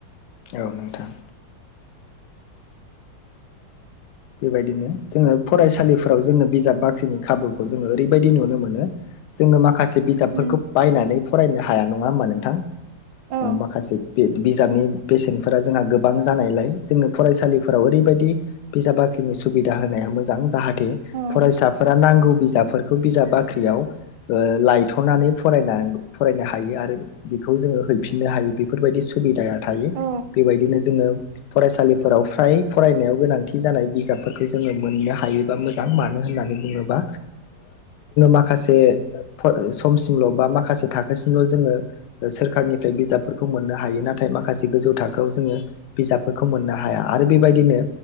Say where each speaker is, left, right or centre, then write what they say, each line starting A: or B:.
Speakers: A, on the left; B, on the right.
A: औ नोंथां। बेबायदिनो जोङो फरायसालिफोराव जोङो बिजाब बा ख्रिनि खाबुखौ जोङो ओरैबायदि नुनो मोनो जोङो माखासे बिजाबफोरखौ
B: उम
A: बायनानै फरायनो हाया नङा होमबा नोंथां
B: औ
A: माखासे बे बिजाबनि बेसेनफोरा जोंहा गोबां जानायलाय जोङो फरायसालिफोराव ओरैबायदि बिजाब बाख्रिनि सुबिदा होनाया मोजां जाहाथे
B: औ
A: फरायसाफोरा नां गौ बिजाबफोरखौ बिजाब बाख्रियाव लायथ'नानै फरायना फरायनो हायो आरो बेखौ जोङो हैफिननो हायो बेफोरबायदि सुबिदाया हायो
B: औ
A: बेबायदिनो जोङो फरायसालिफोराव फ्राय फरायनायाव गोनांथि जानाय बिजफोरखौ जोङो मोननो हायोबा मोजां मानो होननानै बुङोबा माखासे समसिमल' बा माखासे थाखोसिमल' जोङो सोरखारनिफ्राय बिजाब बिजफोरखौ मोननो हायो नाथाय माखासे गोजौ थाखोआव जोङो बिजाबफोरखौ मोननो हाया आरो बेबायदिनो